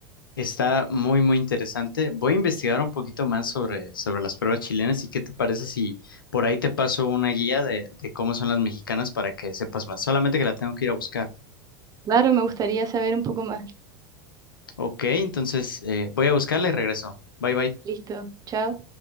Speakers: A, on the left; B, on the right.
A: está muy, muy interesante. Voy a investigar un poquito más sobre, sobre las pruebas chilenas y qué te parece si por ahí te paso una guía de, de cómo son las mexicanas para que sepas más. Solamente que la tengo que ir a buscar.
B: Claro, me gustaría saber un poco más.
A: Ok, entonces eh, voy a buscarla y regreso. Bye, bye.
B: Listo, chao.